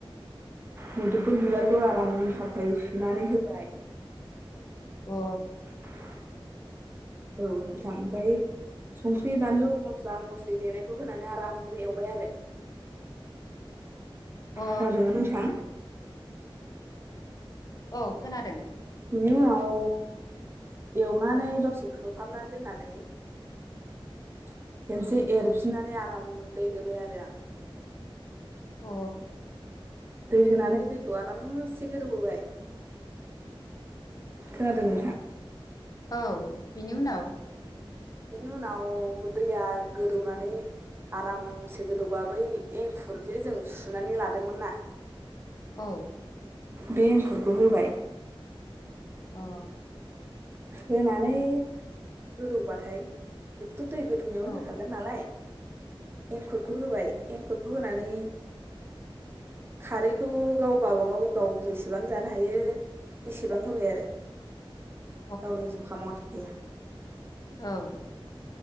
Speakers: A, on the right; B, on the left.
A: मुदुफुल बिबारखौ आराम साफायै सुनानै होबाय।
B: अ
A: <inaudible> औ नोंथां ओमफाय संख्रि बानलु मस्ला मस्लि देनायखौ होनानै आरामनो एवबाय आरो।
B: अ
A: खोनादोंना नोंथां
B: औ खोनादों।
A: नि उनाव एवनानै दसे खोहाबना दोननानै। खेनसे एरफिननानै आराम दैै होबाय आरो आं।
B: अ
A: दै होनानै दैखौ आरामसे गोदौहोबाय। खोनादों नोंथां।
B: औ बिनि उनाव
A: बेनि उनाव दैया गोदौनानै आरामसे गोदौबा बै एंखुर जे जों सुनानै लादोंमोन ना
B: औ
A: बे एंखुरखौ होबाय।
B: अ
A: होनानै गोदौबाथाय बेख <unintelligible> दै गोदौनायावनो
B: औ
A: होखागोन नालाय एंखुरखौ होबाय एंखुरखौ होनानै। खारैखौ गाव गबागाव गाव जेसेबां जानो हायो। बेसेबां होबाय आरो।
B: <inaudible>
A: गावनि जुखामते।
B: औ।